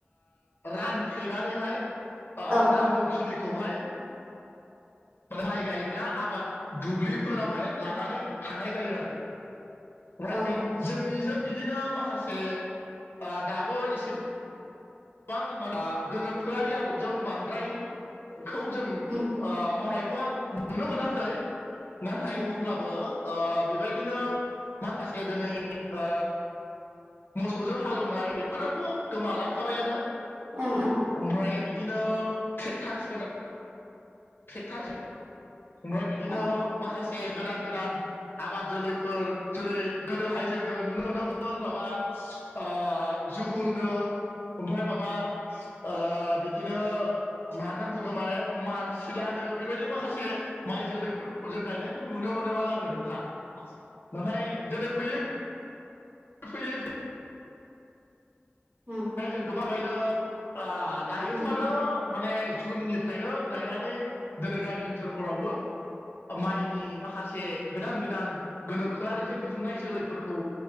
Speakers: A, on the left; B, on the right.
A: रानफ्लेनानैहाय आ
B: औ
A: नांगौ खिनिखौहाय माने माइ गायग्रा आबाद दुब्लिफोरावहाय लानानै थांनाय जायो आरो। राय
B: औ
A: जोंनिजों बिदिनो माखासे ओ दाबो एसेब बां माना गोनोखोआरि आदबजों बांद्राय खौ जों
B: उम
A: मावनायखौ आं नुनो मोनाखै नाथाय
B: आदसा
A: अब्ला बो ओ बेबायदिनो माखासे दोनै ओ मोसौजों हालेवनाय बेफोराथ' गोमालांखाबायानो।
B: ओं ओं औ
A: अमफ्राय बिदिनो ट्रेक्टार सोनो ट्रेक्टारसो ओमफ्राय
B: ओ
A: बिदिनो
B: ओ
A: माखासे गोदान गोदान आबाद जोलैफोर जेरै गोदोहाय जोङो नुनो मोनोमोन माबा आ जुहुलनो ओमफ्राय माबा ओ बिदिनो मा नाननै बुङो माने मार्च सिलानो बेबायदि माखासे माइ जोलैफोरखौ जों गायनायखौ नुनो मोनोमोन आरो नोंथां। नाथाय दिनै फैयै फैयै फै
B: उम।
A: नाय जों गोबां <unintelligible> आ दायोथ'
B: उम
A: आरो माने जुननिफ्रायनो गायनानै दिनै गामि ओनसोलफोरावबो ओ माइनि माखासे गोदान गोदान गोनोखोआरिजों दिहुननाय जोलैफोरखौ